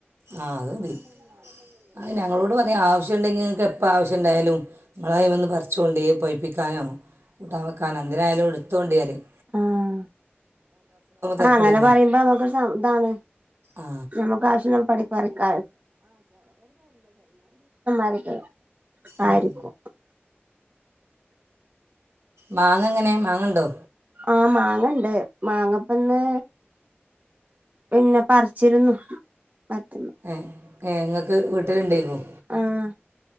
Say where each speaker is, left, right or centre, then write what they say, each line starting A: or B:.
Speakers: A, on the right (about 85°); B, on the right (about 40°).
A: ആ അത് മതി അത് ഞങ്ങളോട് പറയാ ആവശ്യംണ്ടെങ്കിൽ ഇങ്ങൾക്ക് എപ്പ എപ്പ ആവശ്യണ്ടായാലും ഇങ്ങളയ്മന്ന്‌ പറിചച്ചോണ്ടി പയ്‌പ്പിക്കാനോ കൂട്ടാൻ വെക്കാനോ എന്തിനായാലും എടു എടുത്തോണ്ടി അറിയും
B: ആഹ ആ
A: തരക്കേടില്ല
B: അങ്ങനെ പറയുമ്പോ നമ്മക്ക് <inaudible>
A: ആ
B: നമ്മുക്ക് ആവശ്യള്ളപ്പോ പറിക്ക <unintelligible>
A: ഉം.
B: ആയിരിക്കും
A: മാങ്ങ എങ്ങനെ മാങ്ങണ്ടോ
B: ആ മാങ്ങണ്ട് മാങ്ങപ്പന്ന് പിന്നെ പറിച്ചിരുന്നു മറ്റ
A: ഏ ഏ ങ്ങൾക്ക് വീ വീട്ടിലിണ്ടേക്കും
B: ആഹ്